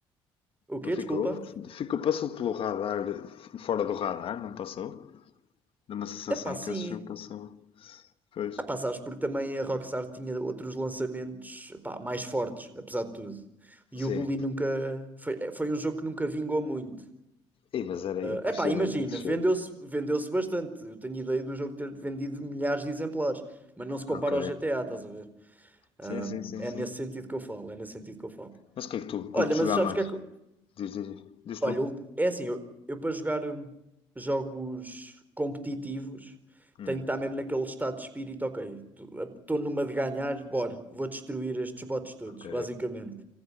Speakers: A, on the right; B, on the left.
A: O quê?
B: Não ficou?
A: Desculpa.
B: Ficou, passou pelo radar, fora do radar, não passou? Dá uma sensação
A: Epá, sim.
B: que esse jogo passou. Pois.
A: Epá, sabes, porque também a Rockstar tinha outros lançamentos, epá, mais fortes, apesar de tudo. E
B: Sim.
A: o Bully nunca... Foi, foi um jogo que nunca vingou muito.
B: Ei, mas era impressionante
A: É epá, imagina,
B: esse
A: vendeu-se
B: jogo.
A: vendeu-se bastante. Eu tenho ideia do jogo ter vendido milhares de exemplares, mas não se compara
B: Ok.
A: ao GTA, estás a ver? Ah,
B: Sim, sim, sim,
A: é
B: sim.
A: nesse sentido que eu falo, é nesse sentido que eu falo.
B: Mas o que é que tu
A: Olha,
B: curtes
A: mas
B: jogar
A: sabes
B: mais?
A: o que é que. eu-
B: Diz, diz, diz
A: Olha,
B: tu.
A: ult- é assim, eu, eu para jogar hum, jogos competitivos
B: Hum.
A: tenho que estar mesmo naquele estado de espírito, ok, estou numa de ganhar, bora, vou destruir estes bots todos,
B: Ok,
A: basicamente.